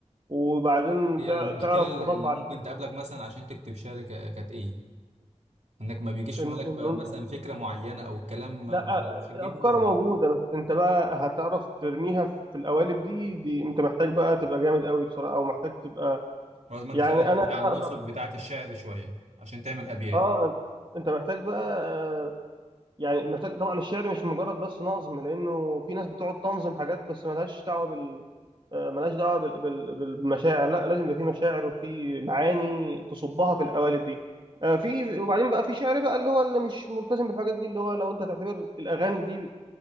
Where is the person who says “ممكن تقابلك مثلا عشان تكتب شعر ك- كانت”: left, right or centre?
Right